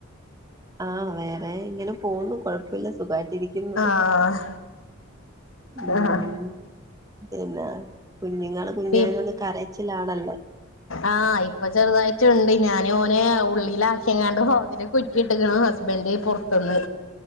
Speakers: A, on the right; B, on the left.
A: ആഹ്‌ വേറെ ഇങ്ങനെ പോന്നു കൊഴപ്പില്ല സുഖായി ഇരിക്യുന്ന്
B: ആഹ്
A: ഉം
B: ആഹ്
A: പിന്നെ കുഞ്ഞുങ്ങള് കുഞ്ഞായ
B: പി
A: കൊണ്ട് കരച്ചിലാണല്ലേ
B: ആഹ് ഇപ്പൊ ചെറുതായിറ്റ്ണ്ട് ഞാന് ഓനെ ഉള്ളിലാക്കിങ്ങാണ്ട് വാതില് കു റ്റിട്ട്ക്ക്ണ് ഹസ്ബൻഡ് പൊർത്ത്ന്ന്